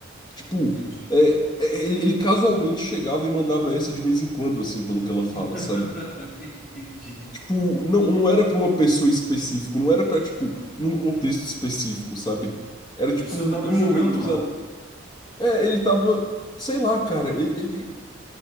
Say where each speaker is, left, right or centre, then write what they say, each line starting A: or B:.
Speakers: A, on the left; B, on the left.
A: Tipo,
B: entendi.
A: é, é, ele, ele casualmente chegava e mandava essa de vez em quando, assim, pelo que ela fala,
B: <laughs>
A: sabe?
B: Entendi.
A: Tipo, não, não era pra uma pessoa específica, não era pra, tipo, num contexto específico, sabe? Era, tipo,
B: Ele só tava
A: em
B: jogando
A: momentos.
B: lá.
A: a- É, ele tava. Sei lá, cara. Ele, ele,